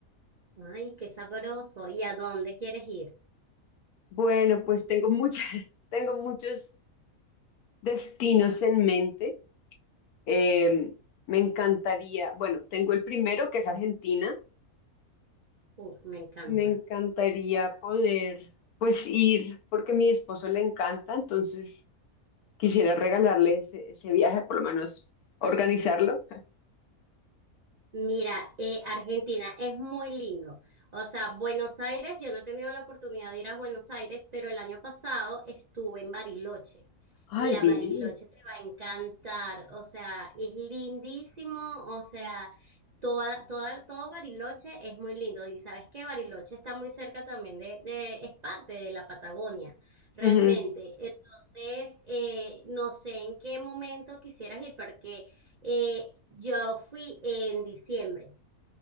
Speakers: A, on the right; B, on the left.
A: Ay, qué sabroso. ¿Y a dónde quieres ir?
B: Bueno, pues tengo muchas, <laughs> tengo muchos destinos en mente. Em, me encantaría, bueno, tengo el primero que es Argentina.
A: Uh, me encanta.
B: Me encantaría poder, pues ir, porque a mi esposo le encanta, entonces quisiera regalarle ese, ese viaje, por lo menos organizarlo. <laughs>
A: Mira, eh, Argentina es muy lindo. O sea, Buenos Aires, yo no he tenido la oportunidad de ir a Buenos Aires, pero el año pasado estuve en Bariloche. Mira,
B: Ay, divino.
A: Bariloche te va a encantar. O sea, es lindísimo. O sea, toda, toda, todo Bariloche es muy lindo. Y sabes que Bariloche está muy cerca también de, de, es parte de la Patagonia, realmente.
B: Ujú,
A: Entonces, eh, no sé en qué momento quisieras ir, porque... Eh, yo fui en diciembre,